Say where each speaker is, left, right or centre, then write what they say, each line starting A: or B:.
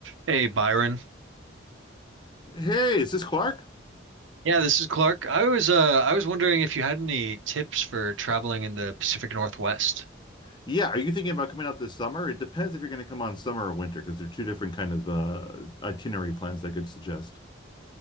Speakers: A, on the right; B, on the left.
A: Hey Byron.
B: Hey, is this Clark?
A: Yeah, this is Clark. I was uh I was wondering if you had any tips for traveling in the Pacific Northwest.
B: Yeah, are you thinking about coming out this summer? It depends if you're going to come on summer or winter because they're two different kind of uh, itinerary plans I could suggest.